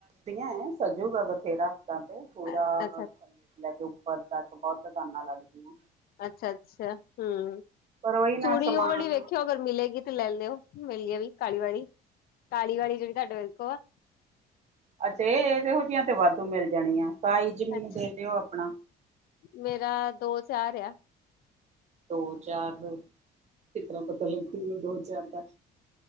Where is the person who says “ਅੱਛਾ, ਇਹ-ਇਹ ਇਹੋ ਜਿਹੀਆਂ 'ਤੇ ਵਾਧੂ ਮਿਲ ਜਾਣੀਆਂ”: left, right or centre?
Right